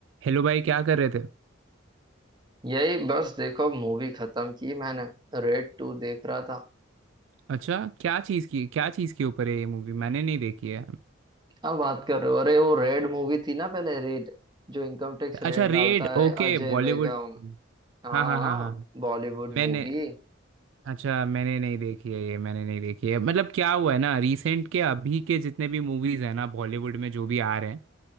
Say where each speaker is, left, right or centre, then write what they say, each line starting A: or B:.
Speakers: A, on the right; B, on the right.
A: Hello भाई क्या कर रहे थे
B: यही बस देखो मूवी खत्म की मैंने रेड टू देख रहा था
A: अच्छा क्या चीज़ की क्या चीज़ के ऊपर है ये मूवी मैंने नहीं देखी है
B: अब बात कर रहे हो अरे वो रेड मूवी थी ना पहले रेड जो इनकम टैक्स रेड
A: अच्छा रेड
B: डालता है
A: ओके
B: अजय
A: बॉलीवुड
B: देवगन
A: मूवी
B: हाँ
A: हाँ हाँ हाँ हाँ
B: बॉलीवुड
A: मैंने
B: मूवी
A: अच्छा मैंने नहीं देखी है ये मैंने नहीं देखी है मतलब क्या हुआ है ना रिसेंट के अभी के जितने भी मूवीज़ हैं ना बॉलीवुड में जो भी आ रहे हैं